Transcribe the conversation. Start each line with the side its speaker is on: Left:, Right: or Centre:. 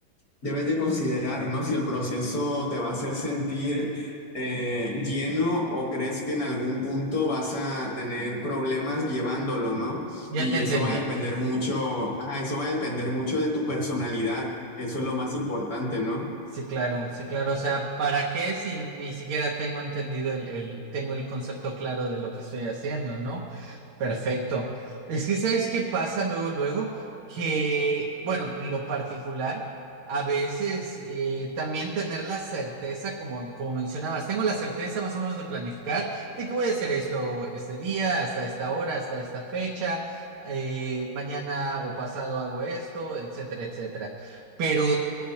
Left: Debes de considerar, ¿no? Si el proceso te va a hacer sentir eh, lleno o crees que en algún punto vas a tener problemas llevándolo, ¿no?
Right: ya
Left: Y
Right: te entendí.
Left: eso va a depender mucho, ajá, eso va a depender mucho de tu personalidad. Eso es lo más importante, ¿no?
Right: Sí, claro, sí, claro. O sea, ¿para qué si ni siquiera tengo entendido el, el- tengo el concepto claro de lo que estoy haciendo, ¿no? Perfecto. Es que, ¿sabes qué pasa luego, luego? Que, bueno, en lo particular, a veces eh, también tener la certeza, como, como mencionabas, tengo la certeza más o menos de planificar de que voy a hacer esto este día, hasta esta hora, hasta esta fecha, eh, mañana o pasado hago esto, etcétera, etcétera. Pero